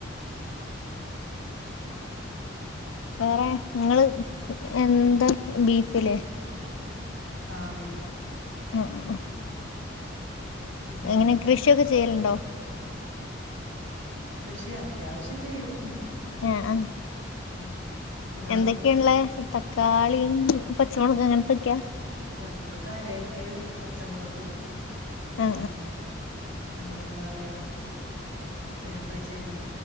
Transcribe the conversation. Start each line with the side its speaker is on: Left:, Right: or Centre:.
Right: ആഹ്
Left: വേറെ ഇങ്ങള് എന്താ ബീഫിലേ
Right: ആഹ് ബീഫ്
Left: ആഹ്
Right: പിന്നെ
Left: എങ്ങനെ കൃഷിയൊക്കെ ചെയ്യല്ണ്ടോ
Right: കൃഷി അത്യാവശ്യം ചെയ്യും
Left: ആഹ് ആഹ്
Right: ഉം. ഇങ്ങളോ?
Left: എന്തക്കെള്ളെ തക്കാളിയും പച്ചമൊളകും അങ്ങൻത്തൊക്കെയാ
Right: ആന് ഇപ്പൊ കാര്യായിട്ട് പച്ചമുളകും
Left: ആ
Right: പിന്നാ നമ്മളെന്താ പറയാ, ചേമ്പ് ചേന